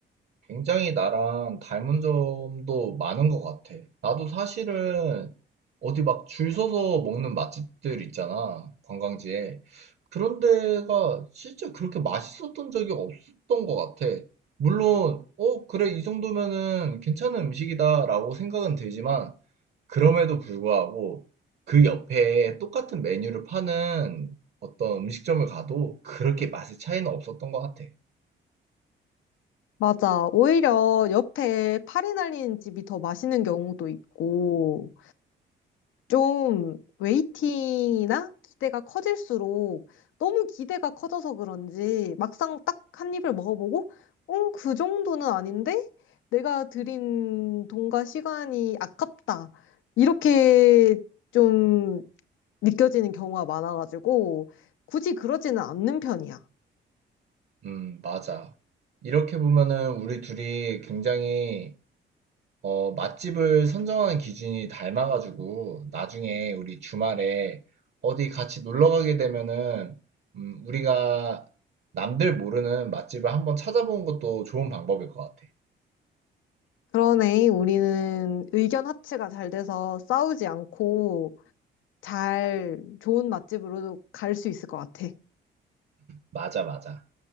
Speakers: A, on the right; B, on the left.
A: 굉장히 나랑 닮은 점도 많은 것 같아. 나도 사실은 어디 막 줄 서서 먹는 맛집들 있잖아, 관광지에. 그런 데가 진짜 그렇게 맛있었던 적이 없었던 것 같아. 물론, 어, 그래, 이 정도면은 괜찮은 음식이다라고 생각은 들지만, 그럼에도 불구하고 그 옆에 똑같은 메뉴를 파는 어떤 음식점을 가도 그렇게 맛의 차이는 없었던 것 같아.
B: 맞아. 오히려 옆에 파리 날리는 집이 더 맛있는 경우도 있고, 좀 웨이팅이나 기대가 커질수록 너무 기대가 커져서 그런지 막상 딱 한 입을 먹어보고, 응, 그 정도는 아닌데? 내가 들인 돈과 시간이 아깝다. 이렇게 좀 느껴지는 경우가 많아가지고, 굳이 그러지는 않는 편이야.
A: 음, 맞아. 이렇게 보면은 우리 둘이 굉장히 어, 맛집을 선정하는 기준이 닮아가지고 나중에 우리 주말에 어디 같이 놀러 가게 되면은 음, 우리가 남들 모르는 맛집을 한번 찾아보는 것도 좋은 방법일 것 같아.
B: 그러네, 우리는 의견 합치가 잘 돼서 싸우지 않고 잘 좋은 맛집으로 갈 수 있을 것 같아.
A: 맞아, 맞아.